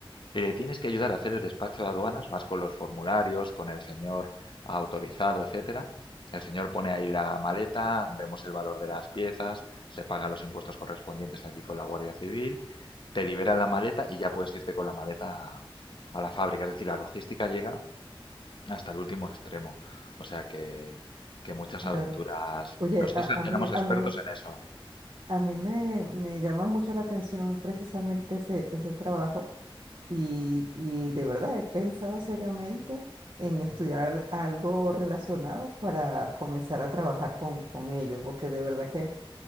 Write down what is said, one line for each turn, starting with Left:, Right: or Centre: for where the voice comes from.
Left: le tienes que ayudar a hacer el despacho de aduanas, vas con los formularios, con el señor autorizado, etcétera. El señor pone ahí la maleta, vemos el valor de las piezas, se pagan los impuestos correspondientes allí con la Guardia Civil, te liberan la maleta y ya puedes irte con la maleta a, a la fábrica. Es decir, la logística llega hasta el último extremo. O sea que, que muchas
Right: claro.
Left: aventuras.
Right: Oye,
Left: Nosotros
Right: a, a mí,
Left: éramos expertos
Right: a mí,
Left: en eso.
Right: a mí me, me llama mucho la atención precisamente ese, ese trabajo y, y de verdad he pensado seriamente en estudiar al- algo relacionado para comenzar a trabajar con, con ello, porque de verdad que